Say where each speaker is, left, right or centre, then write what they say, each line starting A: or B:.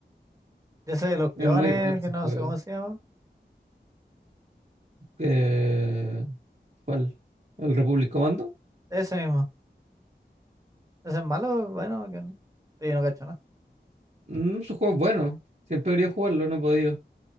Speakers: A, on the right (about 20°); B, on the right (about 50°).
A: Ya sé, los clones,
B: es muy bueno ese
A: que no
B: juego.
A: sé cómo se llama.
B: Eh, ¿cuál? ¿El Republic Commando?
A: Ese mismo. Ese es malo, bueno, que no. Yo no cacho nada.
B: Mm, ese juego bueno. Siempre he querido jugarlo, no he podido.